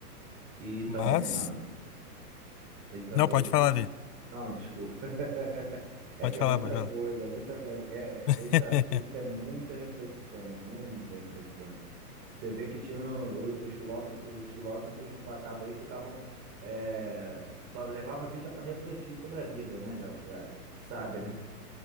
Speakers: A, on the right (about 25°); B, on the left (about 80°).
A: E também,
B: Mas,
A: mano, E também
B: Não, pode
A: tem
B: falar,
A: a.
B: Vini.
A: Não, desculpa. <laughs>
B: Pode
A: É que é
B: falar,
A: muita
B: pode falar.
A: coisa, muita coisa. É,
B: <laughs>
A: é- é, esse assunto é muita reflexão, muita reflexão. Você vê que tinham o- os filósofos, os filósofos no passado aí ficavam é, só levava a vida para refletir sobre a vida, né? Já, já sabe, né?